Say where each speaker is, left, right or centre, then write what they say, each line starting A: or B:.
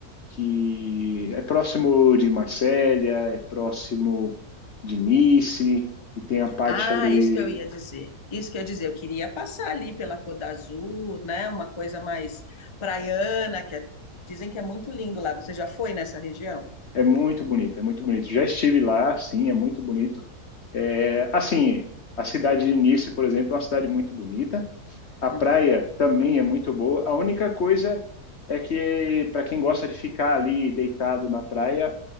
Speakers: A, on the left (about 50°); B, on the left (about 25°).
A: que é próximo de Marselha, é próximo de Nice, e tem a parte
B: Ah,
A: ali.
B: isso que eu ia dizer. Isso que eu ia dizer, eu queria passar ali pela Côte d'Azur, né? Uma coisa mais praiana, que é- dizem que é muito lindo lá. Você já foi nessa região?
A: É muito bonito, é muito bonito. Já estive lá, sim, é muito bonito. É, assim, a cidade de Nice, por exemplo, é uma cidade muito bonita. A praia
B: Uhum.
A: também é muito boa. A única coisa é que, para quem gosta de ficar ali deitado na praia,